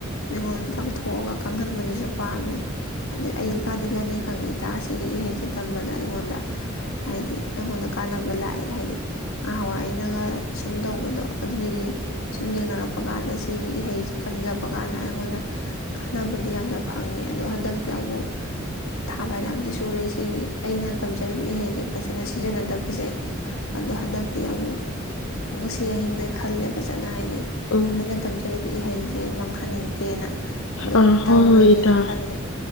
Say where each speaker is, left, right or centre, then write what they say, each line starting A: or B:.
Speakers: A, on the left; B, on the left.
A: ꯃꯤꯉꯣꯟꯗ ꯇꯥꯛꯊꯣꯛꯑꯒ ꯈꯪꯍꯟꯕꯗꯨꯁꯨ ꯄꯥꯝꯃꯦ ꯑꯗꯨꯗ ꯑꯩ ꯀꯥꯟꯗꯤ ꯀꯅꯤ ꯈꯪꯉꯤ ꯏꯇꯥ ꯁꯤꯒꯤ ꯏꯍꯩꯁꯦ ꯇꯝꯕꯗ ꯑꯩꯉꯣꯟꯗ ꯍꯥꯏꯗꯤ ꯑꯩꯉꯣꯟꯗ ꯀꯥꯟꯅꯕ ꯂꯥꯛꯑꯦ ꯍꯥꯏꯗꯤ ꯉꯍꯥꯟꯋꯥꯏ ꯑꯩꯅꯒ ꯁꯨꯝ ꯇꯧꯕꯗꯣ ꯑꯗꯨꯗꯨꯒꯤ ꯁꯨꯝ ꯌꯦꯡꯅꯔꯛꯄ ꯀꯥꯟꯗ ꯁꯤꯒꯤ ꯏꯍꯩꯁ ꯇꯝꯖꯕ ꯀꯥꯟꯗ ꯑꯩꯉꯣꯟꯗ ꯀꯥꯟꯅꯕꯗꯤ ꯌꯥꯝꯅ ꯐꯪꯉꯦ ꯑꯗꯣ ꯍꯟꯗꯛꯇꯤ ꯑꯃꯨꯛ ꯊꯥ ꯄꯅ ꯑꯝꯇ ꯁꯨꯔꯦ ꯁꯤꯒꯤ ꯑꯩꯅ ꯇꯝꯖꯔꯤꯕ ꯏꯍꯩꯁꯦ ꯐꯖꯅ ꯁꯤꯖꯤꯟꯅꯗꯕꯁꯦ ꯑꯗꯣ ꯍꯟꯗꯛꯇꯤ ꯑꯃꯨꯛ ꯉꯁꯤ ꯑꯍꯤꯡꯗ ꯈꯜꯂꯦ ꯐꯖꯅ ꯍꯥꯏꯅꯦ
B: ꯎꯝ
A: ꯑꯅ ꯇ ꯆ ꯏꯍꯩꯁꯦ ꯃꯥꯡꯍꯟꯅꯤꯡꯗꯦꯅ ꯑꯗꯨ
B: ꯑꯥ ꯍꯣꯏ
A: ꯇꯧꯔꯒꯦꯅ
B: ꯍꯣꯏ ꯏꯇꯥ
A: ꯈꯜꯂꯦ